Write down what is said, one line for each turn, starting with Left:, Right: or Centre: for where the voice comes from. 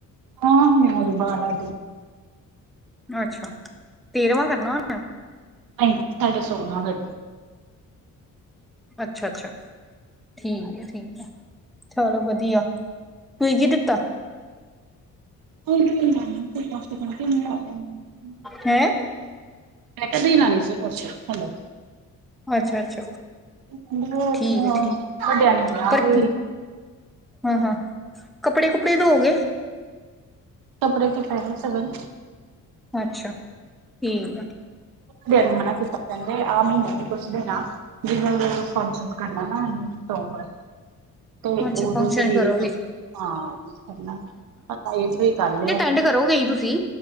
Right: ਹਾਂ ਹਾਂ ਬਾਰ
Centre: ਅੱਛਾ <unintelligible> ਤੇਰਵਾਂ ਕਰਨਾ ਹੋਨਾ।
Right: ਨਹੀਂ ਸਾਡੇ ਸੋਲ੍ਹਵਾਂ
Centre: ਅੱਛਾ - ਅੱਛਾ <inaudible> ਠੀਕ ਹੈ ਠੀਕ ਐ। ਚਲੋ ਵਧੀਆ। ਤੁਸੀਂ ਕੀ ਦਿੱਤਾ?
Right: ਕੋਸ <unintelligible>
Centre: ਹੈਂ
Right: ਮੈਂ ਕਿਹਾ ਦੇਣਾ ਨੀ ਸੀ ਕੁਝ ਹਲੇ।
Centre: ਅੱਛਾ ਅੱਛਾ
Right: <unintelligible>
Centre: ਠੀਕ ਹੈ ਠੀਕ
Right: ਵੱਡਿਆਂ ਨੇ ਕਿਹਾ
Centre: ਪਰ
Right: ਵੀ
Centre: ਹਾਂ ਹਾਂ <inaudible> ਕੱਪੜੇ ਕੁਪੜੇ ਦੋ ਗਏ।
Right: ਕੱਪੜੇ ਤੇ ਪੇਗੇ ਸ਼ਗਨ
Centre: ਅੱਛਾ, ਠੀਕ ਐ।
Right: ਮਨਾ ਕੀ ਕੀਤਾ ਕਹਿੰਦੇ ਆਹ ਮਹੀਨੇ ਨੇ ਕੁੱਛ ਦਿ ਨਾ। ਜਿਵੇਂ ਫੰਕਸ਼ਨ ਕਰਨ ਨਾ ਸੋਮਵਾਰ ਤੇ
Centre: ਅੱਛਾ
Right: ਉਦੋਂ
Centre: ਫੰਕਸ਼ਨ
Right: ਤੋਂ ਹੀ
Centre: ਕਰੋਗੇ
Right: ਹਾਂ ਪਤਾ ਇਹ ਤੇ ਹੀ ਕਰ ਲਿਆ
Centre: ਈਵੈਂਟ ਕਰੋਗੇ ਜੀ ਤੁਸੀਂ?